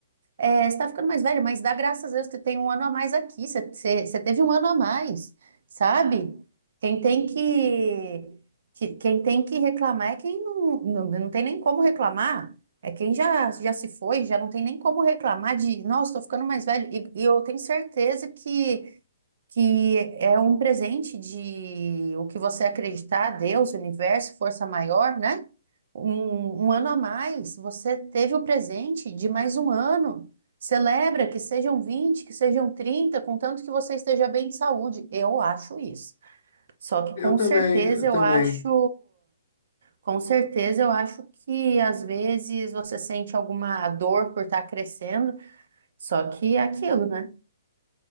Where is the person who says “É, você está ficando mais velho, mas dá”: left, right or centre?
Right